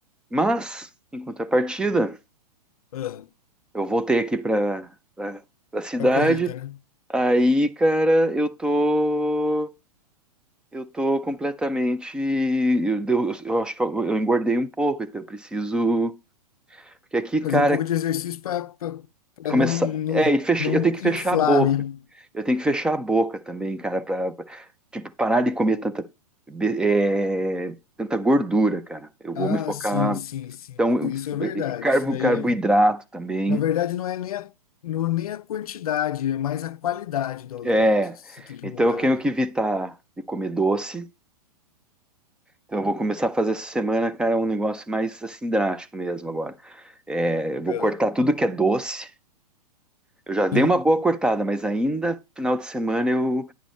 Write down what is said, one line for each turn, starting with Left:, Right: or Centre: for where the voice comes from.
Centre: Mas, em contrapartida,
Left: ah,
Centre: eu voltei aqui para a cidade.
Left: pra corrida, né?
Centre: Aí, cara, eu tô. Eu tô completamente. Eu, eu, eu acho que eu, eu engordei um pouco, então eu preciso. Porque aqui, cara,
Left: Fazer um pouco de exercício para
Centre: começar.
Left: não, não,
Centre: É, e fecha-
Left: não
Centre: eu tenho que fechar
Left: inflar,
Centre: a boca.
Left: né?
Centre: Eu tenho que fechar a boca também, cara, pra, pra- tipo, parar de comer tanta, be- é, tanta gordura, cara. Eu vou
Left: Ah,
Centre: me focar.
Left: sim, sim, sim.
Centre: Então, eu-
Left: Isso é verdade.
Centre: carbo,
Left: Isso daí
Centre: carboidrato
Left: é,
Centre: também.
Left: na verdade, não é nem a, não, é nem a quantidade, é mais a qualidade do alimento.
Centre: É,
Left: Você tem que
Centre: então
Left: mudar,
Centre: eu tenho
Left: né?
Centre: que evitar de comer doce. Então eu vou começar a fazer essa semana, cara, um negócio mais assim drástico mesmo agora. É, eu vou
Left: Ah,
Centre: cortar tudo que é doce. Eu já dei
Left: sim.
Centre: uma boa cortada, mas ainda final de semana eu